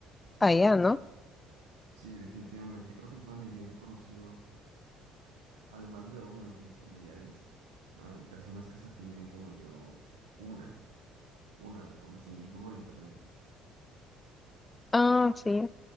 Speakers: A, on the left; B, on the right.
A: allá, ¿no?
B: Sí, definitivamente, creo que en toda mi vida he conocido, además de obviamente mis familiares, ah, personas que se apelliden como yo, una, una la conocí y fue por internet.
A: Ah, sí.